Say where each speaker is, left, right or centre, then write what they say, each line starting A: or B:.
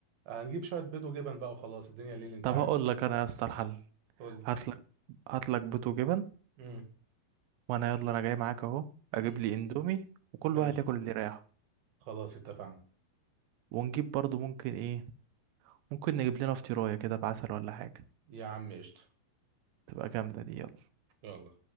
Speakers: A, on the right; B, on the right.
A: هنجيب شويه بيض وجبن بقى وخلاص الدنيا ليل انت
B: طب
A: عارف
B: هقول لك انا يا اسطى الحل
A: قول لي
B: هات لك هات لك بيض وجبن
A: مم.
B: وانا يلا انا جاي معاك اهو اجيب
A: مم.
B: لي اندومي وكل
A: ماشي
B: واحد ياكل اللي رايحه
A: خلاص اتفقنا
B: ونجيب برضه ممكن ايه ممكن نجيب لنا فطيرايه كده بعسل ولا حاجه
A: يا عم قشطه
B: تبقى جامده دي يلا
A: يلا